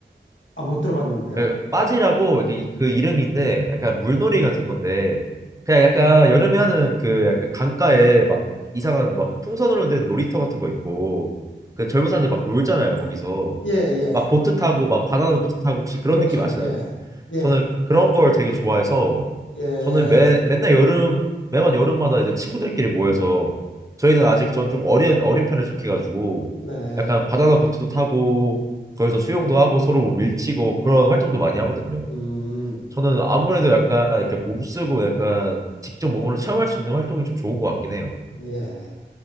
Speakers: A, on the left; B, on the right.
A: 아, 못 들어봤는데요?
B: 그 빠지라고 이렇게 그 이름인데 약간 물놀이 같은 건데 그냥 약간 여름에 하는 그 약간 강가에 막 이상한 막 풍선으로 된 놀이터 같은 거 있고 그 젊은 사람들 막 놀잖아요 거기서
A: 예, 예.
B: 막 보트 타고 막 바나나 보트 타고 혹시 그런
A: 그렇죠.
B: 느낌 아시나요?
A: 예. 예.
B: 저는 그런 걸 되게 좋아해서
A: 예.
B: 저는 매, 맨날 여름 매번 여름마다 이제 친구들끼리 모여서 저희는 아직 전 좀 어린 어린 편에 속해가지고
A: 네.
B: 약간 바나나 보트도 타고 거기서 수영도 하고 서로 뭐 밀치고 그런 활동도 많이 하거든요.
A: 음.
B: 저는 아무래도 약간 이렇게 몸쓰고 약간 직접 몸으로 체험할 수 있는 활동이 좀 좋은 것 같긴 해요.
A: 예.